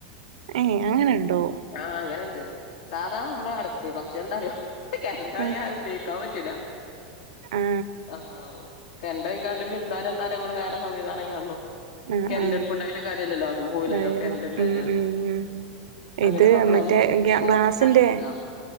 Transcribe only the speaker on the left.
ആഹ് അങ്ങനണ്ട് സാധാണ നമ്മടെ അടുപ്പ് പക്ഷെ എന്താറിയോ കറന്റ്‌ആയ
ഉപയോഗ ക്കാൻ പറ്റൂല
ആഹ് ഓ കറന്റ്‌പോയി കൊണ്ട് വിരുന്നാല് വന്നാല് നമ്മള് വേറെ സംവിധാനം കാണണം
കറന്റ്‌
അടുപ്പ് ഉണ്ടായിട്ട് കാര്യല്ലല്ലോ അതും പോവുലലോ
കറന്റ്ല്ലാഞ്ഞാ
അങ്ങനെ
സംവിധാനണ്ട്
സോളാർ
വെക്ക